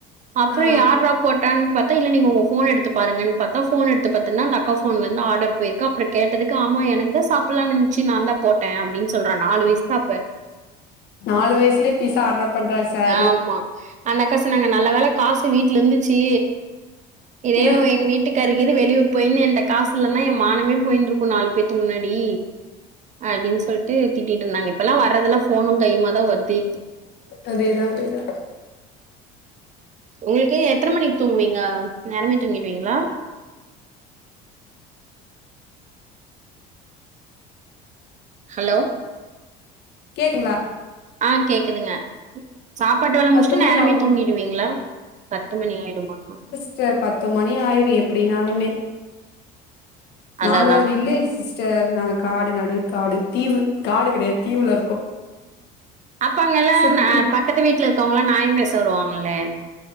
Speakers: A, on the right; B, on the left.
A: அப்ற
B: ஆ
A: யார்ரா போட்டா பாத் இல்ல நீங்க உங்க ஃபோன் எடுத்து பாருங்கன் பாத்தா போன் எடுத்து பாத்தன்னா அந்தக்கா போன்லந்து ஆடர் போயிருக்கு அப்ற கேட்டதுக் ஆமா எனக்கு தா சாப் அப்பல்லா நென்ச்சு நான்தா போட்டே அப்டின்னு சொல்றா நாலு வயசுதா அப்ப
B: நாலு வயசலயே பீஷ்ஷா ஆர்டர் பண்றாரு சார்
A: ஆமா அந்தக்கா சொன்னாங்க நல்ல வேல காசு வீட்ல இருந்ச்சு இதே
B: இல்ல
A: எங்க வீட்டுக் த்தர்கினு வெளியூர் போயிர்னு என்ட காசுலன்னா என் மானமே போய்ந்திருக்கு நாலு பேத்து முன்னாடி அப்டின்னு சொல்ட்டு திட்டிட்டு இருந்தாங்க இப்ப எல்லா வரதெல்லா ஃபோனு கையுமா தா வருது
B: அதேதா அதேதா
A: உங்களுக்கு எத்தன மணிக்கி தூங்குவீங்க நேரமே தூங்கிடுவீங்ளா ஹலோ
B: கேக்குங்ளா
A: ஆ கேக்குதுங்க சாப்பாட்டு வேல முடிச்ட்டு
B: பத்து மணி
A: நேரமே
B: ஆகு
A: தூங்கிடுவீங்ளா பத்து மணி ஆயிடுமா
B: சர் பத்து மணி ஆயிரு எப்டினாலுமே
A: அதான்
B: நாங்க
A: அதான்
B: வில்லேஜ் சிஸ் சேர் நாங்க காடு நடு காடு தீவு காடு கெடையாது தீவுல இருக்கோ
A: அப்ப அங்க எல்லா
B: சுத்தி
A: நா பக்கத்து வீட்ல இருக்கவங்களா நாயம் பேச வருவாங்கலே